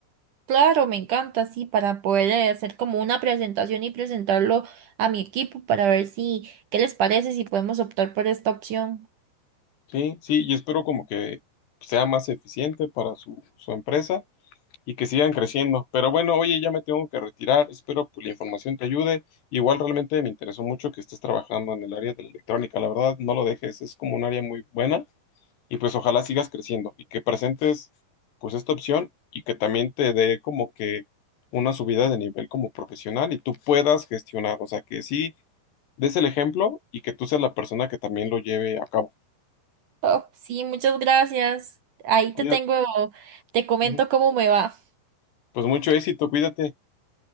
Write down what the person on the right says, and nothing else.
Claro, me encanta, sí, para poder eh, hacer como una presentación y presentarlo a mi equipo para ver si qué les parece, si podemos optar por esta opción.
Oh, sí, muchas gracias. Ahí
te tengo, te comento
cómo me va.